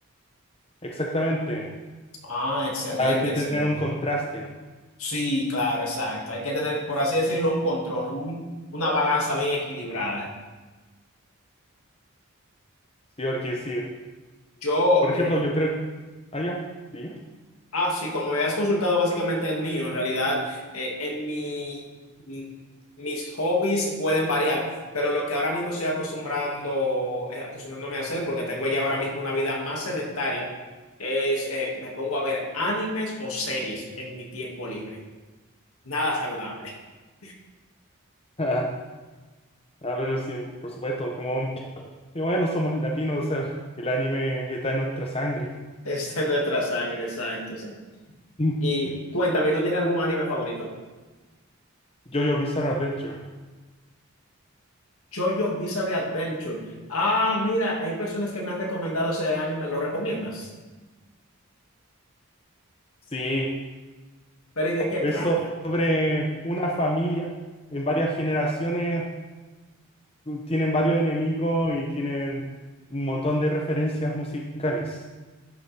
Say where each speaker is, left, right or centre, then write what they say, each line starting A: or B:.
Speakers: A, on the left; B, on the left.
A: exactamente?
B: Ah, excelente,
A: Hay que
B: excelente.
A: tener un contraste,
B: Sí, claro, exacto. Hay que tener, por así decirlo, un control, un- una balanza bien equilibrada.
A: ¿sí? Porque sí,
B: Yo,
A: por ejemplo,
B: eh,
A: yo creo, ah, ya, sí,
B: Ah, sí, como me has consultado básicamente el mío, en realidad eh, en mi, mi- mis hobbies pueden variar, pero lo que ahora mismo estoy acostumbrando, eh, acostumbrándome a hacer, porque tengo ya ahora mismo una vida más sedentaria, es eh, me pongo a ver animes o series en mi tiempo libre. Nada saludable. <laughs>
A: ah, <laughs> ah, pero sí, por supuesto, como, y bueno, somos latinos, o sea, el anime está en nuestra sangre.
B: Está en nuestra sangre, exacto, exacto.
A: <laughs>
B: Y cuéntame, ¿tú tienes algún anime favorito?
A: JoJo Bizarre Adventure,
B: JoJo Bizarre Adventure. Ah, mira, hay personas que me han recomendado ese anime, ¿lo recomiendas?
A: sí,
B: Pero ¿y de qué
A: es
B: trata?
A: sobre una familia en varias generaciones tienen varios enemigos y tienen un montón de referencias musicales.